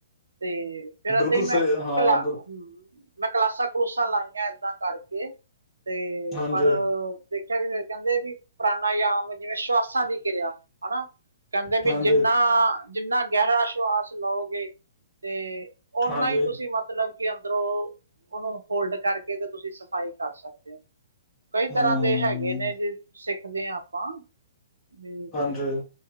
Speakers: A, on the right (about 75°); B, on the left (about 25°).
A: ਤੇ ਫੇਿਰ
B: ਬਿਲਕੁਲ
A: ਅੱਦਾਂ ਹੀ ਮੈਂ
B: ਸਹੀ ਹਾਂ
A: ਕਲਾ
B: ਬ
A: ਹ ਮੈਂ ਕਲਾਸਾਂ ਕਲੂਸਾਂ ਲਾਈਆਂ ਏਦਾਂ ਕਰਕੇ ਤੇ
B: ਹਾਂਜੀ
A: ਪਰ ਦੇਖਿਆ ਵੀ ਫਿਰ ਕਹਿੰਦੇ ਵੀ ਪੁਾਨਾ ਆਮ ਜਿਵੇਂ ਸ਼ਵਾਸਾਂ ਦੀ ਕਿਰਿਆ ਹਨਾ ਕਹਿੰਦੇ ਵੀ
B: ਹਾਂਜੀ
A: ਜਿੰਨਾ ਜਿੰਨਾ ਗਹਿਰਾ ਸ਼ਵਾਸ ਲਓਗੇ ਤੇ ਓਨਾ
B: ਹਾਂਜੀ
A: ਹੀ ਤੁਸੀਂ ਮਤਲਬ ਕਿ ਉਧਰੋਂ ਉਹਨੂੰ ਹੋਲਡ ਕਰਕੇ ਤੇ ਤੁਸੀਂ ਸਫ਼ਾਈ ਕਰ ਸਕਦੇ ਹੋ ਕਈ ਤਰ੍ਹਾਂ
B: ਹਮ
A: ਦੇ ਹੈਗੇ ਨੇ ਜੇ ਸਿੱਖਦੇ ਹਾਂ ਆਪਾਂ ਵੀ
B: ਅ <unintelligible>